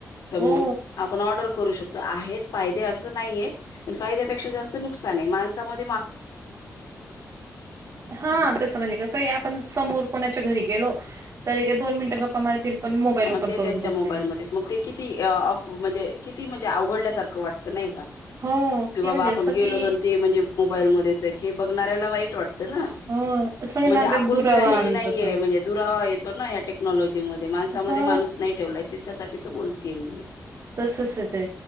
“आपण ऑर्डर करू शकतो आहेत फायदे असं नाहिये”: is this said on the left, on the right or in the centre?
Left